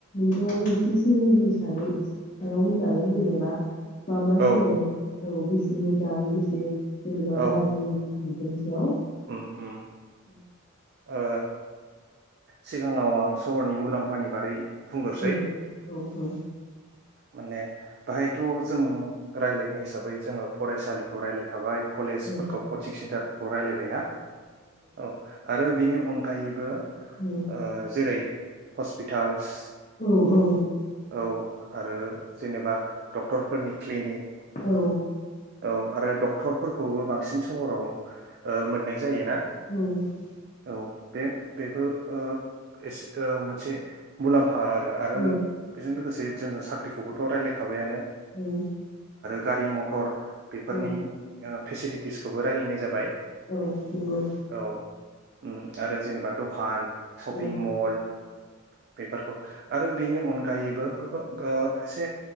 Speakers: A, on the left; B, on the right.
A: नोंथाङाबो एसे सोहोरनि सागै सायाव होनजागोन जेनेबा मा मा
B: औ
A: सोलाय औ बेसे मोजां बेसे जेनेबा
B: औ
A: गारजि बिफोरनि सायाव
B: उम उम
A: औ
B: ओ सिगाङाव आं सहरनि मुलाम्फानि बारै बुंगोरसै
A: औ औ औ
B: माने बाहाय थ' जों रायलायनाय हिसाबै जोङो फरायसालिखौ रायलायखाबाय कलेजफोरखौ
A: औ
B: कचिं सेन्टारफोर खौ रायलाय बेना औ आरो बिनि अन गायैबो ओ
A: औ
B: जेरै हस्पिटालस
A: औ औ
B: औ आरो जेनेबा डक्टरफोरनि क्लिनिक
A: औ।
B: औ आरो डक्टरफोरखौबो बांसिन सहराव मोननाय जायोना
A: औ नंगौ
B: औ बे बेबो एस मोनसे मुलाम्फा फा आरो आरो
A: औ
B: बेजों लोगोसे जोङो साख्रिखौ खौबोथ' रायलायखांबायानो
A: औ।
B: गारि मथर बेफोरनि
A: औ
B: फेसिलिटिसखौ रायलायनाय जाबाय
A: औ नोंंगौ।
B: औ उम आरो जेनेबा द'खान शपिं
A: औ
B: मल बेफोरखौ आरो बिनि अनगायैबो दा एसे